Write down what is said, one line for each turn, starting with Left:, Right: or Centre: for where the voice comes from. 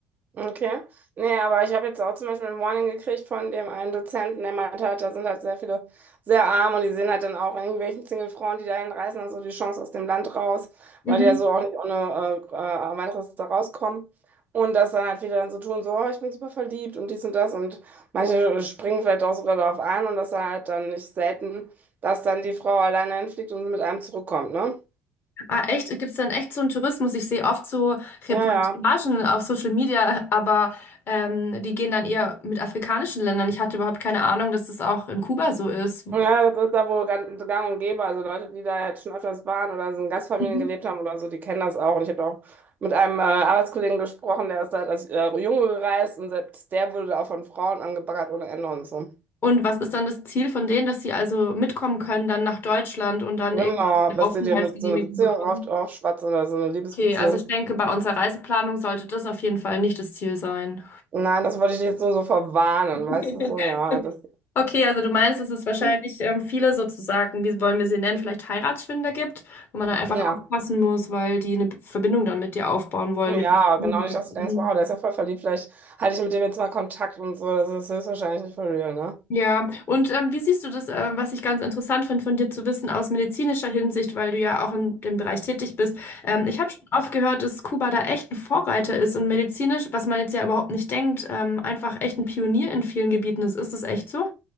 Right: Okay. Nee, aber ich habe jetzt auch zum Beispiel ein Warning gekriegt von dem einen Dozenten, der meinte halt, da sind halt sehr viele sehr arm und die sehen halt dann auch in irgendwelchen Single-Frauen, die dahin reisen, dann so die Chance aus dem Land raus,
Left: Mhm.
Right: weil die ja so auch nicht ohne äh, äh, weiteres da rauskommen. Und das dann halt viele dann so tun, so, oh, ich bin super verliebt und dies und das und manche springen vielleicht auch sogar darauf an und das dann halt dann nicht selten, dass dann die Frau alleine hinfliegt und mit einem zurückkommt, ne?
Left: Ah, echt? Gibt es dann echt so einen Tourismus? Ich sehe oft so Reportagen
Right: Ja, ja.
Left: auf Social Media, aber ähm, die gehen dann eher mit afrikanischen Ländern. Ich hatte überhaupt keine Ahnung, dass das auch in Kuba so ist.
Right: Ja, das ist da wohl ganz gang und gäbe. Also Leute, die da halt schon öfters waren oder so in Gastfamilien
Left: Mhm.
Right: gelebt haben oder so, die kennen das auch. Und ich habe auch mit einem äh, Arbeitskollegen gesprochen, der ist da als äh, Junge gereist und selbst der wurde da auch von Frauen angebaggert ohne Ende und so.
Left: Und was ist dann das Ziel von denen, dass sie also mitkommen können dann nach Deutschland und dann
Right: Genau,
Left: irgendwie eine
Right: dass
Left: Aufenthaltsgenehmigung
Right: sie dir mit so einer Beziehung
Left: bekommen?
Right: oft aufschwatzen oder so eine Liebesbeziehung.
Left: Okay, also ich denke, bei unserer Reiseplanung sollte das auf jeden Fall nicht das Ziel sein.
Right: Nein, das wollte ich jetzt nur so verwarnen,
Left: <laughs>
Right: weißt du, so, ja, das,
Left: Okay, also du meinst, dass es wahrscheinlich
Right: hm,
Left: ähm, viele sozusagen, wie wollen wir sie nennen, vielleicht Heiratsschwindler gibt, wo man dann einfach
Right: ja.
Left: aufpassen muss, weil die eine Verbindung dann mit dir aufbauen wollen,
Right: Ja,
Left: mit dem
Right: genau
Left: Inhalt.
Right: nicht, dass du denkst,
Left: Mhm.
Right: wow, der ist ja voll verliebt, vielleicht halte ich mit dem jetzt mal Kontakt und so, das ist höchstwahrscheinlich nicht for real, ne?
Left: Ja, und ähm, wie siehst du das, ähm, was ich ganz interessant finde, von dir zu wissen aus medizinischer Hinsicht, weil du ja auch in dem Bereich tätig bist. Ähm, ich habe schon oft gehört, dass Kuba da echt ein Vorreiter ist und medizinisch, was man jetzt ja überhaupt nicht denkt, ähm, einfach echt ein Pionier in vielen Gebieten ist. Ist das echt so?